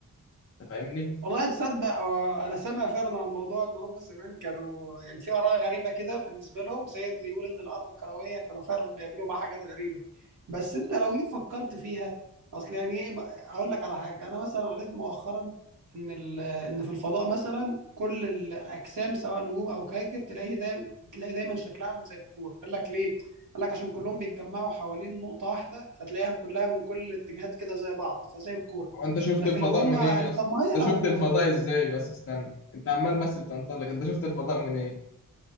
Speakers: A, on the left; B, on the right.
A: أنت فاهمني؟
B: والله تصدق آه، انا سامع فعلا عن الموضوع ان هم زمان كانوا يعني في اراء غريبه كده بالنسبه لهم زي اللي يقول ان الارض كرويه كانوا فعلا بيعملوا معاها حاجات غريبه بس انت لو جيت فكرت فيها اصل يعني ايه اقول لك على حاجه انا مثلا قريت مؤخرا ان ال- ان في الفضاء مثلا كل ال- الاجسام سواء نجوم او كواكب تلاقي دايما تلاقي دايما شكلها عامل زي الكوره قال لك ليه قال لك عشان كلهم بيتجمعوا حوالين نقطه واحده فتلاقيها كلها من كل الاتجاهات كده زي بعض فزي الكوره
A: هو أنت شفت
B: لكن
A: الفضاء
B: لو هم
A: منين يا اسطى؟
B: طب ما هي
A: أنت
B: لو
A: شفت الفضاء
B: لو
A: إزاي بس استنى أنت عمال بس بتنطلق أنت شفت الفضاء منين؟